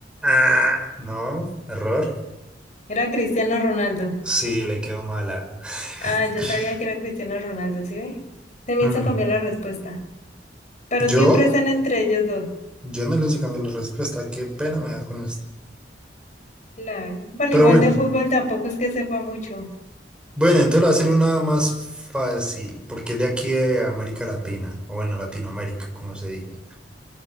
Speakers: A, in the centre; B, on the left.
A: Ah, no, error.
B: Era Cristiano Ronaldo.
A: Sí, le quedó mala. <laughs>
B: Ah, yo sabía que era Cristiano Ronaldo, ¿sí ve? Se me
A: Mm,
B: hizo cambiar la respuesta. Pero
A: ¿Yo?
B: siempre están entre ellos dos.
A: Yo no le hice cambiar la respuesta. Qué pena me da con esto.
B: Claro. Bueno,
A: Pero
B: igual
A: bueno.
B: de fútbol tampoco es que sepa mucho.
A: Bueno, entonces lo voy a hacer una más fácil, porque es de aquí de América Latina, o bueno, Latinoamérica, como se diga.